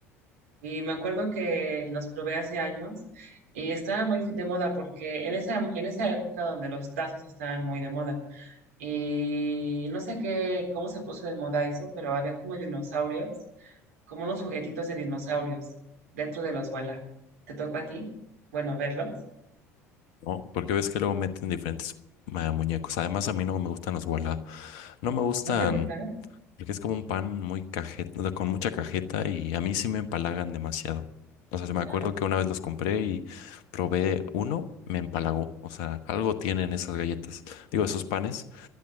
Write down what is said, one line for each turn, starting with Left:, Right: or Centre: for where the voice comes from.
Right: Y me acuerdo que los probé hace años y estaban muy de moda porque en esa, en esa época donde los tazos estaban muy de moda. Y no sé qué, cómo se puso de moda eso, pero había como dinosaurios como unos juguetitos de dinosaurios dentro de los Bala. ¿Te tocó a ti? Bueno, verlos.
Left: ¿no? Porque ves que luego meten diferentes eh, muñecos. Además, a mí no me gustan los voilà. No me gustan
Right: ¿No te gustan?
Left: porque es como un pan muy cajeta, con mucha cajeta y a mí sí me empalagan demasiado. O sea, se me acuerdo
Right: Ajá,
Left: que una vez los compré y probé uno, me empalagó. O sea, algo tienen esas galletas, digo, esos panes,